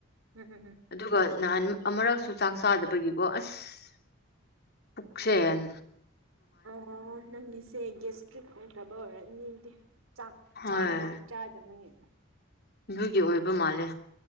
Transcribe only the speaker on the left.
ꯑꯗꯨꯒ ꯅꯍꯥꯟ ꯑꯃꯨꯔꯛꯁꯨ ꯆꯥꯛ ꯆꯥꯗꯕꯒꯤꯀꯣ ꯑꯁ ꯄꯨꯛꯁꯦꯟ
ꯍꯣꯏ
ꯑꯗꯨꯒꯤ ꯑꯣꯏꯕ ꯃꯥꯜꯂꯦ